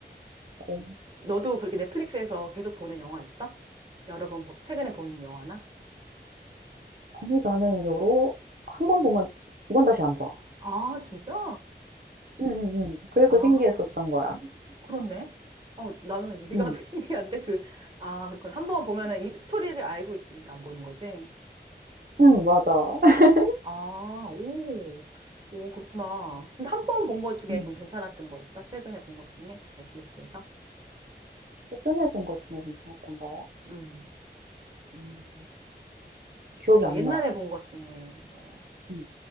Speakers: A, on the right; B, on the right.
A: 어.
B: 너도 그렇게 넷플릭스에서 계속 보는 영화 있어? 여러 번, 보- 최근에 본 영화나?
A: 아니 나는 여러 한 번 보면 두 번 다시 안 봐.
B: 아, 진짜?
A: 응응응 그래서
B: 아,
A: 신기했었던 거야.
B: 그렇네. 어, 나는 네가
A: 응
B: <laughs> 더 신기한데 그, 아, 그렇군. 한번 보면은 이 스토리를 알고 있으니까 안 보는 거지.
A: 응 맞아. <laughs>
B: 아, 오, 오, 그렇구나. 근데 한 번 본 것 중에
A: 응
B: 그럼 괜찮았던 거 있어? 최근에 본 것 중에 넷플릭스에서?
A: 최근에 본 것 중에 괜찮았던 거?
B: 음.
A: 음. 기억이
B: 아니면
A: 안
B: 옛날에
A: 나.
B: 본 것 중에 뭐
A: 응